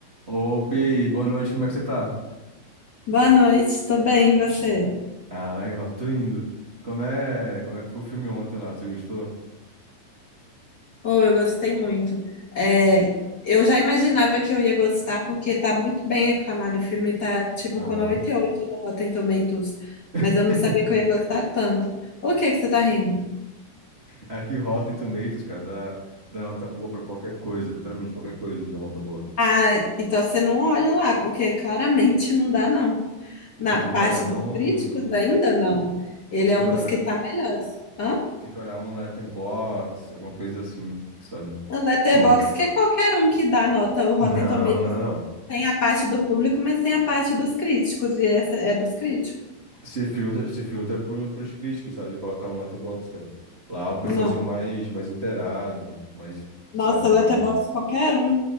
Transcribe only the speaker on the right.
Opa, e aí? Boa noite, como é que você tá?
Ah, legal, tô indo. Como é, como é que foi o filme ontem lá? Você gostou?
Aham.
<laughs>
Aqui, Rotten Tomatoes, cara, dá, dá nota boa pra qualquer coisa, literalmente qualquer coisa que dá nota boa.
Tu tem
que olhar
num.
Tu
tem
que
olhar,
no-
tem que olhar um letterbox, alguma coisa assim, sabe?
Alguma co-
Não,
não, não.
Se filtra, se filtra pro, pros críticos, sabe? Coloca lá no Letterboxd, cara. Lá é um pessoalzinho
mais, mais inteirado, mais,
sabe, mais,